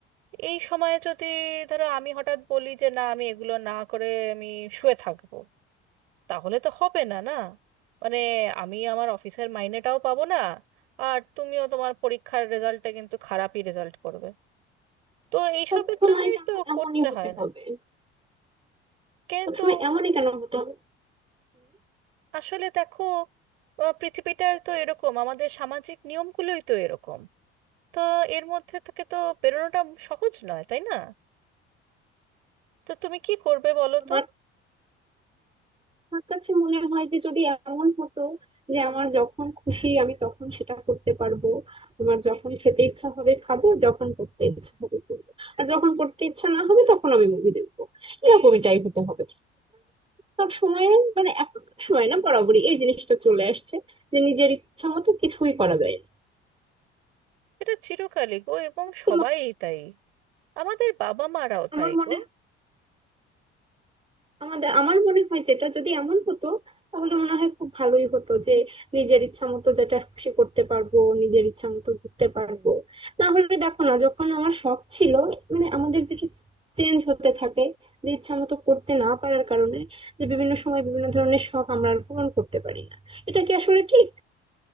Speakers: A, on the right (about 75°); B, on the right (about 15°).
A: এই সময়ে যদি ধরো আমি হঠাৎ বলি যে না আমি এগুলো না করে আমি শুয়ে থাকবো তাহলে তো হবে না না মানে আমি আমার অফিসের মাইনেটাও পাবো না আর তুমিও তোমার পরীক্ষার রেজাল্টে কিন্তু খারাপই রেজাল্ট করবে তো এইসবের
B: সব সময়
A: জন্যই
B: কেন
A: তো
B: এমনই
A: করতে
B: হতে
A: হয় না
B: হবে
A: কিন্তু
B: সব সময় এমনই কেন হতে হবে
A: আসলে দেখো আহ, পৃথিবীটা তো এরকম আমাদের সামাজিক নিয়মগুলোই তো এরকম তো এর মধ্যে থেকে তো বেরোনোটা সহজ নয় তাই না তো তুমি কি করবে বলো
B: হম
A: তো
B: আমার কাছে মনে হয় যে যদি এমন হতো যে আমার যখন খুশি আমি তখন সেটা করতে পারবো আমার যখন খেতে ইচ্ছা হবে খাবো যখন করতে ইচ্ছা হবে করবো আর যখন করতে ইচ্ছা না হবে তখন আমি মুভি দেখবো এরকমটাই হতে হবে সব সময় মানে এখনকার সময় না বরাবরই এই জিনিসটা চলে আসছে যে নিজের ইচ্ছা মতো কিছুই করা যায় না
A: এটা চিরকালই গো এবং
B: তো
A: সবাই
B: ম-
A: তাই আমাদের বাবা মারাও
B: আমার
A: তাই
B: মনে
A: গো
B: আমাদের আমার মনে হয় যেটা যদি এমন হতো তাহলে মনে হয় খুব ভালোই হতো যে নিজের ইচ্ছা মতো যেটা খুশি করতে পারবো নিজের ইচ্ছা মতো ঘুরতে পারবো না হলে দেখো না যখন আমার শখ ছিল মানে আমাদের যেটা চেঞ্জ হতে থাকে যে ইচ্ছা মতো করতে না পারার কারণে যে বিভিন্ন সময় বিভিন্ন ধরনের শখ আমরা আর পূরণ করতে পারি না এটা কি আসলে ঠিক